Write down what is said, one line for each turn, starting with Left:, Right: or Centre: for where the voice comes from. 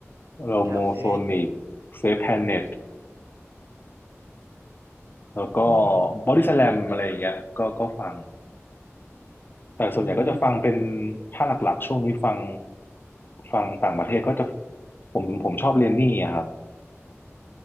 Left: โรโมโซนิกเซฟแพนเน็ต
Right: กล่าวเลย
Left: แล้วก็
Right: อืม
Left: บอดี้สแลมอะไรอย่างเงี้ยก็ก็ฟังแต่ส่วนใหญ่ก็จะฟังเป็น
Right: อืม
Left: ถ้าหลักๆช่วงนี้ฟังฟังต่างประเทศก็จะผมผมชอบเรนนี่อะครับ